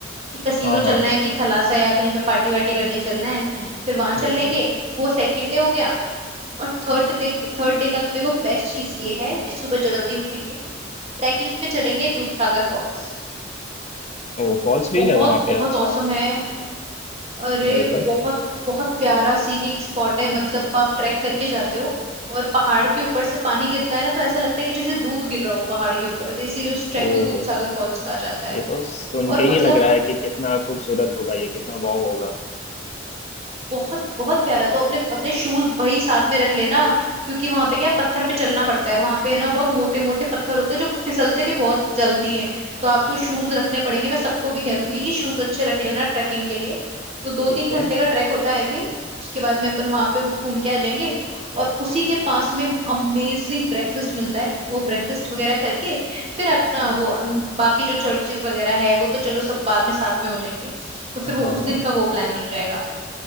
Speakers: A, on the right (about 35°); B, on the left (about 35°).
A: कि कसीनो
B: हाँ हाँ
A: चलना
B: हाँ
A: है कि
B: हाँ
A: थलासा या कहीं पे पार्टी वार्टी करने चलना है फिर वहां
B: बिल्कुल
A: चल लेंगे वो सेकंड डे हो गया और थर्ड डे थर्ड डे का तो देखो बेस्ट चीज ये है कि सुबह जल्दी उठेंगे ट्रैकिंग पे चलेंगे दूधसागर फॉल्स
B: ओ फॉल्स भी
A: बहुत
B: है वहाँ पे
A: बहुत
B: अच्छा
A: औसम है अरे
B: Very good
A: बहुत बहुत प्यारा सीनिक स्पॉट है मतलब आप ट्रैक करके जाते हो और पहाड़ के ऊपर से पानी गिरता है ना तो ऐसा लगता है कि जैसे दूध गिर रहा हो पहाड़ के ऊपर से इसीलिए उस ट्रैक
B: ओ
A: को दूध
B: हो
A: सागर
B: हो
A: फॉल्स कहा जाता है
B: ये तो सुन
A: और
B: के ही
A: मतलब
B: लग रहा है कि कितना खूबसूरत होगा ये कितना वाव होगा
A: बहुत बहुत प्यारा तो अपने अपने शूज वही साथ में रख लेना क्योंकि वहां पे क्या है, पत्थर पे चलना पड़ता है वहां पे है ना बहुत मोटे मोटे पत्थर होते हैं जो फिसलते भी बहुत जल्दी हैं तो आपको शूज रखने पड़ेंगे मैं सबको भी कह दूंगी कि शूज अच्छे रख लेना ट्रैकिंग के लिए तो दो
B: ठीक
A: तीन
B: है
A: घंटे का ट्रैक होता है आई थिंक उसके बाद में अपन वहां पे वो घूम के आ जाएंगे और उसी के पास में अमेजिंग ब्रेकफास्ट मिलता है वो ब्रेकफास्ट वगैरह करके फिर अपना वो अम, बाकी जो चर्चेज वगैरह है वो तो चलो सब बाद में साथ में हो जाएंगे तो फिर
B: हाँ
A: वो उस
B: हाँ
A: दिन का वो प्लान हो जाएगा